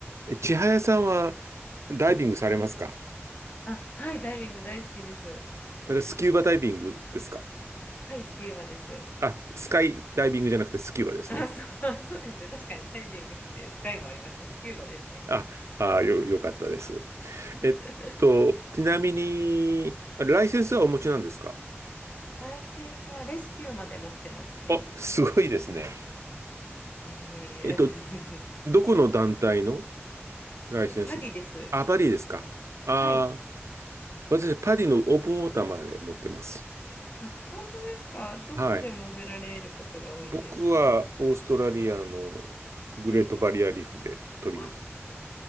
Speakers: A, on the right; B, on the left.
A: え、千早さんはダイビングされますか
B: あ、はい、ダイビング大好きです。
A: あれスキューバダイビングですか
B: はい、スキューバです。
A: あ、スカイダイビングじゃなくてスキューバですね。
B: あ、そう、<laughs> そうですね。確かにダイビングってスカイもありました。スキューバですね。
A: あ、
B: はい。
A: あ、よ、よかったです。
B: <laughs>
A: えっと、ちなみに、ライセンスはお持ちなんですか
B: ライセンスはレスキューまで持ってますね。
A: あ、すごいですね。
B: あ、いえいえ、
A: えっと、
B: 全然 <laughs>
A: どこの団体のライセンスなんですかあ、
B: えっと、パディです。
A: パリですかあー、
B: はい。
A: 私、パリのオープンウォーターまで持ってます。
B: あ、本当ですかどこで潜られることが多いですか
A: はい。僕はオーストラリアのグレートバリアリーフで取りました
B: はい。あ、え、